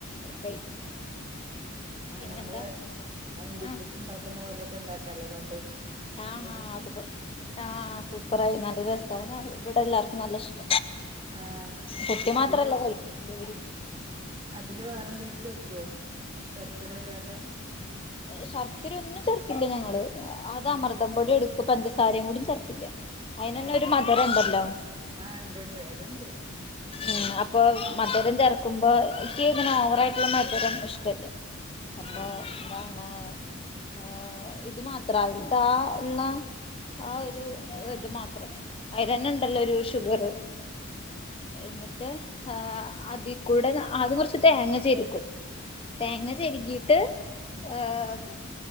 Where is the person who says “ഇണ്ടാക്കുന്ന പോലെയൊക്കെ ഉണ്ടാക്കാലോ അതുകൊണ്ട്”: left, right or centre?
Right